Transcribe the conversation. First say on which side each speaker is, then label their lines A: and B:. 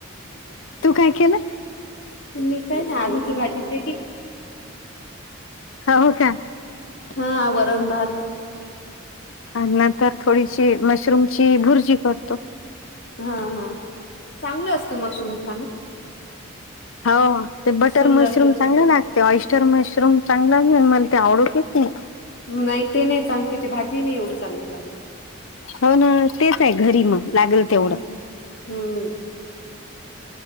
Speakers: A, on the left; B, on the left.
A: तू काय केलं?
B: मी काय नाय आलूची भाजी केली.
A: हो का
B: हा वरण भात
A: आणि नंतर थोडीशी मशरूमची भुर्जी करतो.
B: हा हा चांगलं असतं मशरूम खाणं.
A: हो हो ते बटर
B: शरीरासाठी
A: मशरूम चांगला लाग ते ऑइस्टर मशरूम चांगला नाही मला ते आवडते की <unintelligible>
B: नाही ते नाही चांगलं त्याची भाजी नाही एवढी चांगली लागत.
A: हो ना तेच हाय घरी मग लागेल
B: हम्
A: तेवढं.
B: हम्म